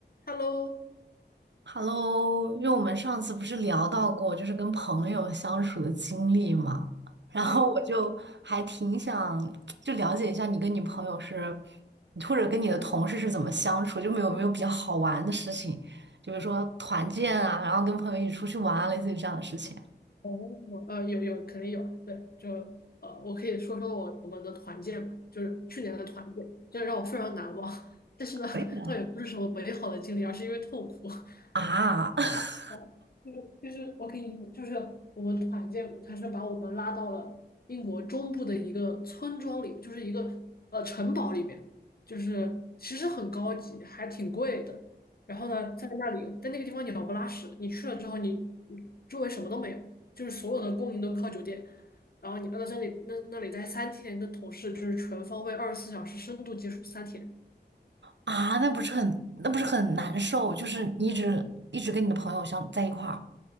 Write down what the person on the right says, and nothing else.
Hello，因为我们上次不是聊到过，就是跟朋友相处的经历嘛，然后我就还挺想就了解一下你跟你朋友是，
或者跟你的同事是怎么相处，就没有没有比较好玩的事情，就比如说团建啊，然后跟朋友一起出去玩啊，类似于这样的事情
可以
啊。啊 <laughs>
啊，那不是很那不是很难受，就是你一直一直跟你的朋友相在一块儿，